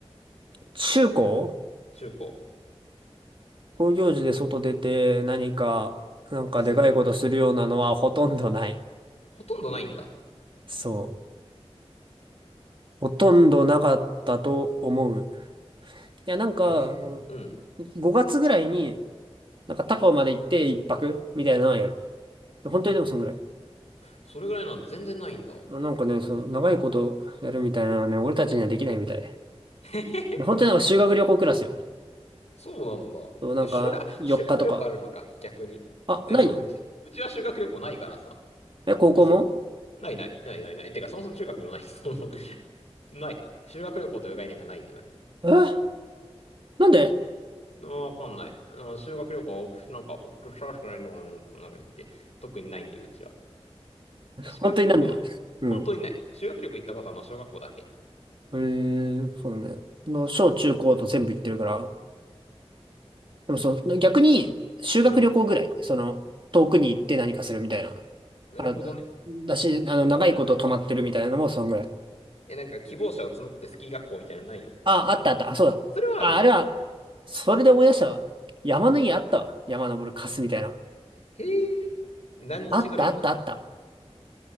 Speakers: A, on the right; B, on the left.
A: 中高
B: 中高
A: 高業時で外出て何か、なんかでかいことするようなのはほとんどない。
B: する。ほとんどないんだ。
A: そう。ほとんどなかったと思う。いや、なんか、
B: へえ、
A: あの
B: うん。
A: 5月ぐらいに、なんか高尾まで行って一泊みたいなのはやる。本当にでもそんぐらい。
B: それぐらいなの全然ないんだ。
A: なんかね、その長いことやるみたいなのはね、俺たちにはできないみたい。
B: <laughs>
A: で本当になんか修学旅行クラスよ。
B: そうなんだ。
A: そうなんか4日とか。
B: あ、修学、あ修学旅行あるのか、逆に。
A: あ、
B: え、
A: ないの
B: そう、うち、うちは修学旅行ないからさ。
A: え、高校も
B: え、そう。ないない、ないないない。てか、そもそも中学にもないし、<laughs> そもそもない。修学旅行という概念がないんだよね。
A: えなんで
B: わかんない。うん修学旅行は多く、なんか、探しくないのかな、なんか言って。特にないんで、うちら。修学旅行、
A: 本当になんでだ。うん。
B: 本当にない。修学旅行行ったことはまあの小学校だけ。
A: えー、そうね。その、小中高と全部行ってるから。でもそう、逆に、修学旅行ぐらい。
B: うん。
A: その、遠くに行って何かするみたいな。
B: なるほどね。
A: あ、だ、だし、あの、長いこと泊まってるみたいなのもそんぐらい。
B: え、なんか希望者を募ってスキー学校みたいなのないの
A: あ、あったあった。あ、そうだ。
B: それはあるんだ。
A: あ、あれは、それで思い出したわ。山の家あったわ。山登るカスみたいな。
B: へえ。何日ぐらい行くの
A: あったあったあった。